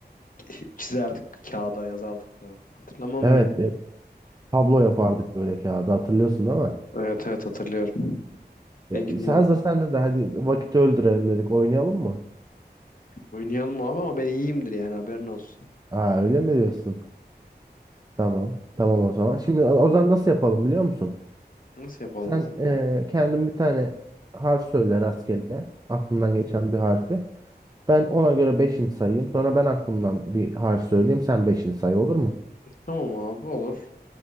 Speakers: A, on the left; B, on the right.
A: <laughs> çizerdik kağıda yazardık falan hatırlamam
B: Evet
A: mı ya?
B: e, tablo yapardık böyle kağıda hatırlıyorsun değil mi?
A: Evet evet hatırlıyorum.
B: Ya,
A: Ne
B: işte
A: günler.
B: hazır sen de de hadi vakit öldürelim dedik oynayalım mı?
A: Oynayalım abi ama ben iyiyimdir yani haberin olsun.
B: Ha öyle mi diyorsun? Tamam tamam o zaman. Şimdi o zaman nasıl yapalım biliyor musun?
A: Nasıl yapalım
B: Sen
A: abi?
B: eee kendin bir tane harf söyle rastgele. Aklından geçen bir harfi. Ben ona göre beşini sayayım. Sonra ben aklımdan bir harf söyleyeyim. Sen beşini say olur mu?
A: Tamam abi olur.